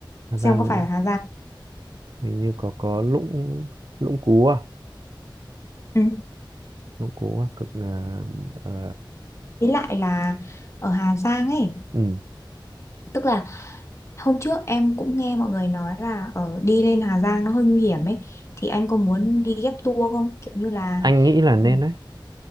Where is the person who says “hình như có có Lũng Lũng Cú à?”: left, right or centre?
Right